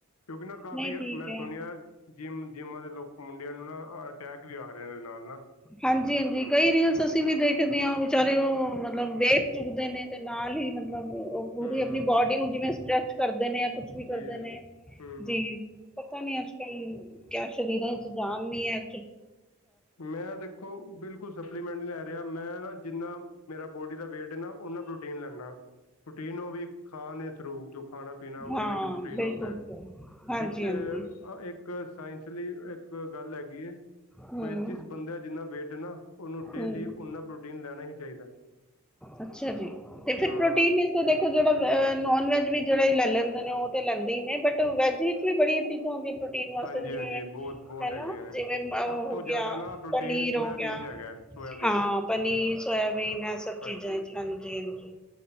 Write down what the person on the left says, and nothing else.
ਕਿਉਂਕਿ ਨਾ ਕਾਫ਼ੀ
ਮੈਂ
ਸੁਣਿਆ ਜਿੰਮ-ਜਿੰਮਾਂ ਦੇ ਲੋਕ ਮੁੰਡਿਆਂ ਨੂੰ ਨਾ ਅਟੈਕ ਵੀ ਆ ਰਹੇ ਨਾਲ-ਨਾ
ਹੂੰ
ਜੀ
ਹੂੰ ਹੂੰ
ਮੈਂ ਦੇਖੋ ਬਿਲਕੁਲ ਸਪਲੀਮੈਂਟ ਲੈ ਰਿਹਾ। ਮੈਂ ਨਾ ਜਿੰਨਾ ਮੇਰਾ ਬੋਡੀ ਦਾ ਵੇਟ ਨਾ ਉਹਨਾ ਪ੍ਰੋਟੀਨ ਲੈਂਨਾ‌। ਪ੍ਰੋਟੀਨ ਉਹ ਵੀ ਖਾਣ ਦੇ ਥਰੂ ਜੋ ਖਾਣਾ-ਪੀਣਾ ਉਹਦੇ
ਵਿੱਚ ਪ੍ਰੋਟੀਨ
ਹੁੰਦਾ ਹੈ।
ਇੱਕ-ਇੱਕ
ਸਾਇੰਸ ਲਈ ਇੱਕ ਗੱਲ ਹੈਗੀ। ਜਿਸ
ਬੰਦੇ ਦਾ ਜਿੰਨਾ ਵੇਟ ਨਾ ਉਹਨੂੰ ਡੇਲੀ
ਓਨਾ ਪ੍ਰੋਟੀਨ ਲੈਣਾ ਹੀ ਚਾਹੀਦਾ ਹੈ।
ਹਾਂ
ਹਾਂਜੀ-ਹਾਂਜੀ
ਬਹੁਤ-ਬਹੁਤ
ਹੈਗੀਆਂ ਨੇ।
ਸਭ
ਤੋਂ
ਜ਼ਿਆਦਾ
ਨਾ ਪ੍ਰੋਟੀਨ
ਸੋਇਆਬੀਨ
'ਚ ਹੈਗਾ। ਸੋਇਆਬੀਨ
ਹਾਂਜੀ